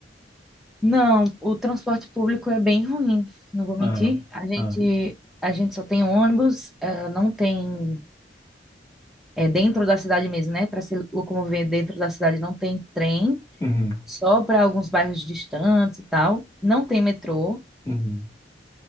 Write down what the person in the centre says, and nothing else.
Não, o transporte público é bem ruim, não vou mentir.
A gente,
a gente só tem ônibus, eh, não tem, é dentro da cidade mesmo, né? Para se locomover dentro da cidade não tem trem,
só para alguns bairros distantes e tal. Não tem metrô,